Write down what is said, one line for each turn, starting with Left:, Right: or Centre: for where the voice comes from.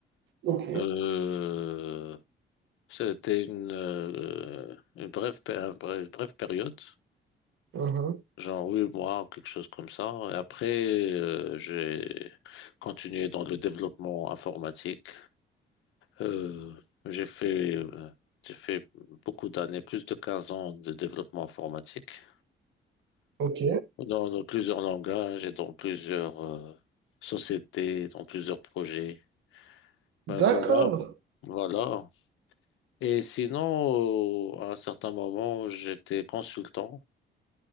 Right: Ok.
Left: Euh, c'était une, euh, une brève, pé- un bref- brève période.
Right: Mhm.
Left: Genre, oui, moi, quelque chose comme ça. Et après, euh, j'ai continué dans le développement informatique. Euh, j'ai fait, euh, j'ai fait beaucoup d'années, plus de 15 ans de développement informatique
Right: Ok.
Left: dans, dans plusieurs langages et dans plusieurs euh, sociétés, dans plusieurs projets. Ben
Right: D'accord.
Left: voilà, voilà. Et sinon, euh, à un certain moment, j'étais consultant.